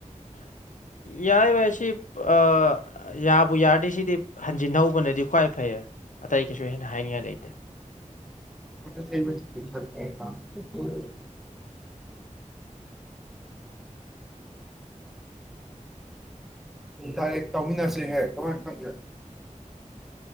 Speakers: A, on the left (about 70°); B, in the centre.
A: ꯌꯥꯏ ꯚꯥꯏ ꯁꯤ‌ ꯑ ꯌꯥꯕꯨ ꯌꯥꯔꯗꯤ ꯁꯤꯗꯤ ꯍꯟꯖꯤꯟꯍꯧꯕꯅꯗꯤ ꯈ꯭ꯋꯥꯏ ꯐꯩꯌ‌ꯦ ꯑꯇꯩ ꯀꯩꯁꯨ ꯍꯦꯟꯅ ꯍꯥꯏꯅꯤꯡꯉꯥꯏ ꯂꯩꯇꯦ
B: <unintelligible> ꯗꯥꯏꯔꯦꯛ ꯇꯧꯃꯤꯟꯅꯁꯦꯍꯦ ꯀꯃꯥꯏꯅ ꯈꯪꯒꯦ